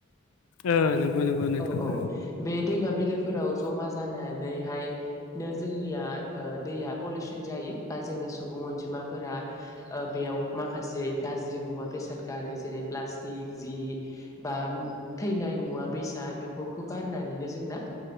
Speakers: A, on the left (about 80°); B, on the left (about 15°).
A: ओ नंगौ नंगौ नोंथां
B: औ औ
A: ओ
B: बे दैमा बिलोफोराव जमा जानानैहाय जोंनिया ओ दैया पलिउसन जायो बा जोङो सुबुं अनजिमाफोरा बेयाव माखासे गाज्रि मुवा बेसाद गारो जेरै प्लास्टिक जि बा थैनाय मुवा बेसाद बेफोरखौ गारनानैनो जोंना